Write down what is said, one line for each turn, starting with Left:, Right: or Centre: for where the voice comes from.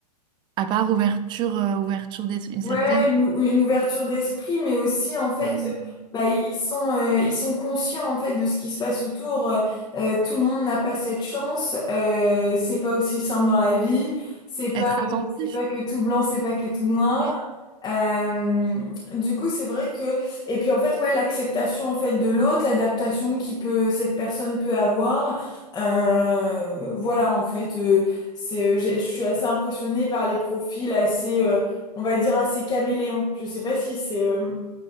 Right: à part ouverture, euh, ouverture d'esprit, une
Left: Ouais,
Right: certaine.
Left: une, ou- une ouverture d'esprit, mais aussi en fait,
Right: Euh,
Left: euh, bah, ils ils sont, euh, ils sont conscients en fait de ce qui se passe autour. Euh, euh, tout le monde n'a pas cette chance. Euh, c'est pas aussi simple dans la vie. C'est pas,
Right: être attentif.
Left: euh, c'est pas que tout blanc, c'est pas que tout noir.
Right: Mm.
Left: Euh, du coup, c'est vrai que et puis en fait, ouais, l'acceptation en fait de l'autre, l'adaptation qui peut cette personne peut avoir. Euh, voilà, en fait, euh, c'est, euh, j'ai- je suis assez impressionnée par les profils assez. euh, on va dire assez caméléon. Je sais pas si c'est. euh,